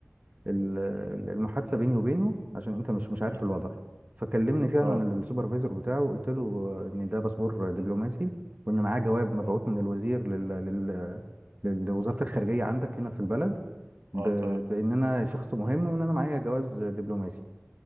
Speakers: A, on the right (about 35°); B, on the right (about 75°).
A: ال المحادثه بيني وبينه عشان انت مش مش عارف
B: اه
A: الوضع فكلمني فعلا
B: اه
A: ال- السوبرفايزر بتاعه وقلت له ان ده باسبور دبلوماسي وان معاه جواب مبعوث
B: اه
A: من الوزير لل لل لوزاره الخارجيه عندك هنا في البلد ب...
B: آه، تمام
A: بان انا شخص مهم وان انا معايا جواز دبلوماسي